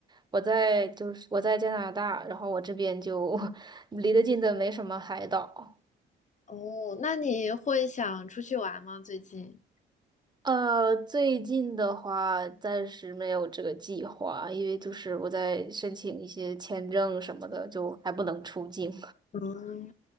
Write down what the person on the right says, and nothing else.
我在就是我在加拿大，然后我这边就 <laughs> 离得近的没什么海岛。
呃，最近的话暂时没有这个计划，因为就是我在申请一些签证什么的，就还不能出境。